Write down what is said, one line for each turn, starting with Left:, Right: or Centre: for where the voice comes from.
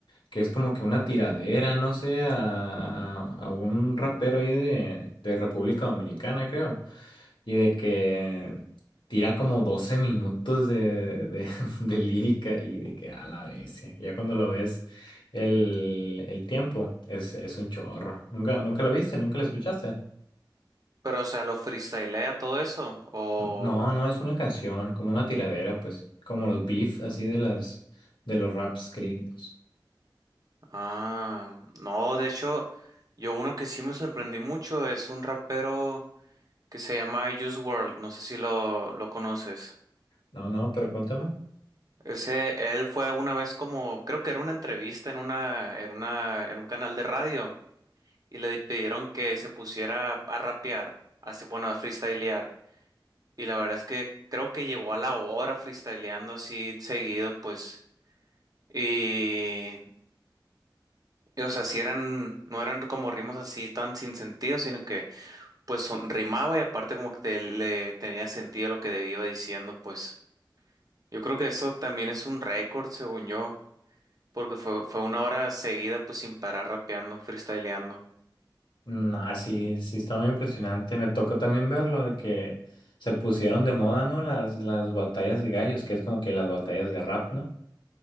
Left: que es como que una tiradera, no sé, a, a un rapero ahí de, de República Dominicana, creo, y de que tira como 12 minutos de, de, <laughs> de lírica y de que a la vez, ya cuando lo ves el, el tiempo es, es un chorro. ¿Nunca, nunca la viste? ¿Nunca la escuchaste?
Right: Pero, o sea, ¿lo freestylea todo eso? O...
Left: No, no, es una canción, como una tiradera, pues, como los beef, así de las, de los raps gringos.
Right: Ah, no, de hecho, yo uno que sí me sorprendí mucho es un rapero que se llama Juice World. No sé si lo, lo conoces.
Left: No, no, pero cuéntame.
Right: Ese, él fue una vez como, creo que era una entrevista en una, en una, en un canal de radio. y le pidieron que se pusiera a rapear, así bueno, a freestylear. Y la verdad es que creo que llegó a la hora freestyleando así seguido, pues. Y, y, o sea, si eran, no eran como ritmos así tan sin sentido, sino que pues son- rimaba y aparte como que te- le tenía sentido lo que iba diciendo, pues. Yo creo que eso también es un récord, según yo, porque fue, fue una hora seguida, pues sin parar rapeando, freestyleando.
Left: No, así, sí sí está muy impresionante. Me tocó también verlo de que se pusieron de moda, ¿no? Las, las batallas de gallos, que es como que las batallas de rap, ¿no?